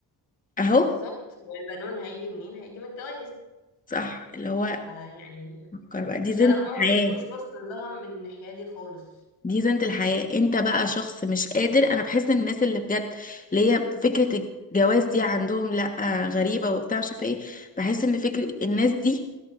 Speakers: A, on the left; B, on the left.
A: أهو
B: بالظبط والبنون هيجي منين هيجي من الجواز
A: صح اللي هو
B: فيعني
A: فكر بقى دي زينة
B: لا لا هما
A: الحياة
B: ما بيبقوش باصين لها من الناحية دي خالص
A: دي زينة الحياة انت بقى شخص مش قادر انا بحس ان الناس اللي بجد اللي هي فكرة الجواز دي عندهم لا غريبة وبتاع مش عارفة ايه بحس ان فكرة الناس دي